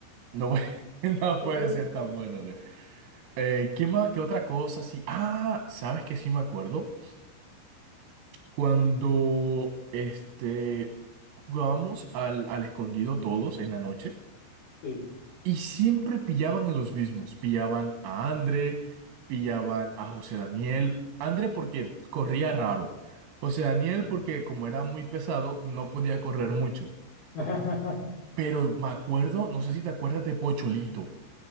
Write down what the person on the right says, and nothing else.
No, puede- <laughs> no
puede
ser tan bueno, tío. Eh, ¿qué más? ¿Qué otra cosa? Sí. Ah, ¿sabes qué? Sí me acuerdo. Cuando, este, jugábamos al, al escondido todos en la noche
y siempre pillaban a los mismos. Pillaban a André, pillaban a José Daniel. André porque corría raro. José Daniel
porque como era muy pesado, no podía correr mucho.
Pero me acuerdo, no sé si te acuerdas de Pocholito.